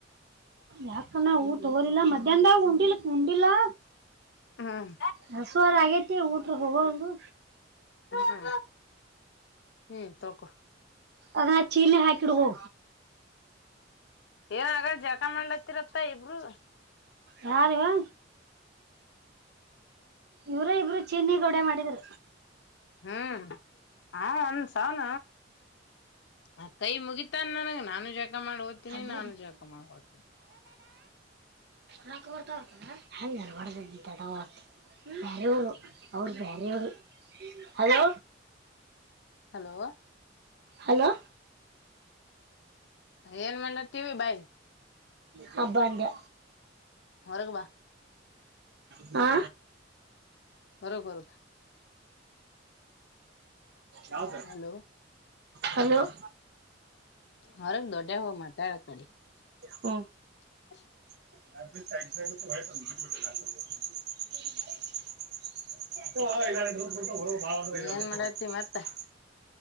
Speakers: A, on the right; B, on the left.
A: ಯಾಕನ ಊಟ ಹೋಗಲಿಲ ಮಧ್ಯಾನದಾಗ ಉಂಡಿಲ್ಕ ಉಂಡಿಲ್ಲಾ.
B: ಹ್ಮ್
A: ಹಸುಅರ ಆಗೇತಿ ಊಟ ಹೋಗವಾಲು
B: ಹ್ಮ್ ಹ್ಮ್ ತಕೊ
A: ಅದ ಚೀಲನ್ಯಾಗ ಹಾಕಿಡು ಹ
B: ಏನ ಅರಾ ಜಾಕ ಮಾಡ್ಲಾರತ್ತ ಇಬ್ರು
A: ಯಾರೀವಾ ಇವರ ಇಬ್ರು ಚೀನ್ನಿ ಗೌಡ ಮಾಡಿದ್ರ.
B: ಹ್ಮ ಆ ಒಂದ ಸಾನ ಆ ಕೈ ಮುಗಿತನ್ ನನಗ ನಾನು ಜಕ ಮಾಡಿ ಹೋತೀನಿ
A: ಹ್ಮ್
B: ನಾನು ಜಕ ಮಾಡಿ ಹೋತೀನಿ. <inaudible>
A: ರಕ್ಕ ಬರ್ತ ಅತ್ತ್ ಹಂಗ ಅನಾಬಾದಡ ಅಲ್ಲಿ ತಡವ ಬೇರೆವರು ಅವರ ಬೇರೆಯವರ ಹಲೋ
B: ಹಲೋ
A: ಹಲೋ
B: ಏನ್ ಮಾಡ್ಲತ್ತೀವಿ ಬಾಯ್
A: ಹ ಬಂದೆ
B: ಹೊರಗ್ ಬಾ
A: ಹ್ಞಾ.
B: ಬರಬರ
A: ಯಾವ್ದ
B: ಹಲೋ
A: ಹಲೋ <unintelligible>
B: ಹೊರಗ್ ದೊಡ್ಡ ಹೋಗ್ ಮಾತಾಡ ಕಡೆ
A: ಹ್ನು.
B: <inaudible>
A: <inaudible> <unintelligible>
B: ಏನ್ ಮಾಡತಿ ಮತ್ತ